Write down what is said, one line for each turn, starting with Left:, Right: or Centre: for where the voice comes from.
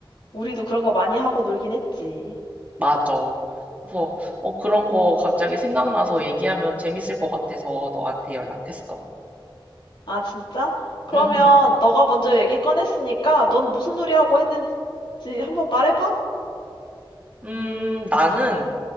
Left: 우리도 그런 거 많이 하고 놀긴 했지.
Right: 맞아. 그래서 어, 그런 거 갑자기 생각나서 얘기하면 재밌을 것 같아서 너한테 연락했어.
Left: 아, 진짜? 그러면
Right: 응, 응.
Left: 너가 먼저 얘기 꺼냈으니까 넌 무슨 놀이 하고 했는지 한번 말해봐.
Right: 음, 나는